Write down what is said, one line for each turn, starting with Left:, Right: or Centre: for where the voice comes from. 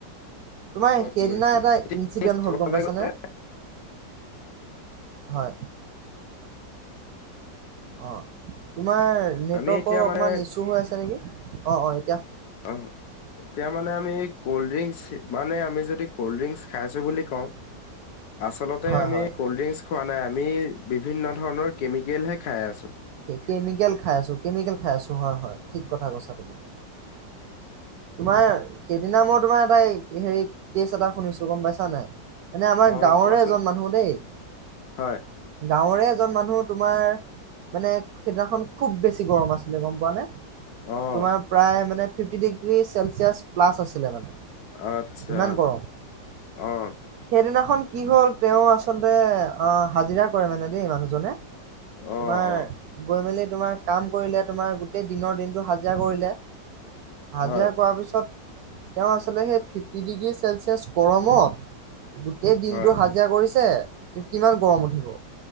Right: তোমাৰ
Left: কম
Right: সেইদিনা
Left: কৰিব
Right: এটা ইনঞ্চিডেন্ট
Left: লাগে। চাবলৈ
Right: হ'ল গম পাইছানে?
Left: গ'লে
Right: হয়। অ'। তোমাৰ নেটৱৰ্কৰ
Left: আমি এতিয়া
Right: অকণমান
Left: মানে
Right: ইছু হৈ আছে নেকি? অ', অ', এ
Left: অ', এতিয়া মানে আমি কল্ড ড্ৰিংচ মানে, আমি যদি কল্ড ড্ৰিংকচ খাইছোঁ বুলি কওঁ আচলতে
Right: হয়
Left: আমি
Right: হয়
Left: ক'ল ড্ৰিংকচ খোৱা নাই, আমি বিভিন্ন ধৰণৰ কেমিকেলহে খাই আছোঁ।
Right: কেমিকেল খাই আছোঁ, কেমিকেল খাই আছোঁ হয়, হয় ঠিক কথা কৈছা তুমি।
Left: <unintelligible>
Right: তোমাৰ সেইদিনা মই তোমাৰ এটা হেৰি কেছ এটা শুনিছোঁ গম পাইছা নাই? মানে আমাৰ
Left: অ'
Right: গাঁৱৰে
Left: কোৱাচোন
Right: এজন মানুহ দেই।
Left: হয়
Right: গাঁৱৰে এজন মানুহ তোমাৰ, মানে সেইদিনাখন খুব বেছি গৰম আছিলে গম পোৱা নে।
Left: অ'
Right: তোমাৰ প্ৰায় মানে <unintelligible> গ্ৰী চেলছিয়াছ প্লাছ আছিলে মানে।
Left: আচ্ছা,
Right: ইমান গৰম।
Left: অ'।
Right: সেইদিনাখন কি হ'ল তেওঁ আচলতে অ', হাজিৰা কৰে মানে দেই মানুহজনে।
Left: অ'
Right: তোমাৰ,
Left: অ'
Right: গৈ মেলি তোমাৰ কাম কৰিলে তোমাৰ গোটেই দিনৰ দিনটো হাজিৰা কৰিলে। হাজিৰা
Left: হয়
Right: কৰাৰ পিছত তেওঁ আচলতে সেই ফিফটি ডিগ্ৰী চেলছিয়াছ গৰমত গোটেই দিনটো
Left: হয়
Right: হাজিৰা কৰিছে কিমান গৰম উঠিব,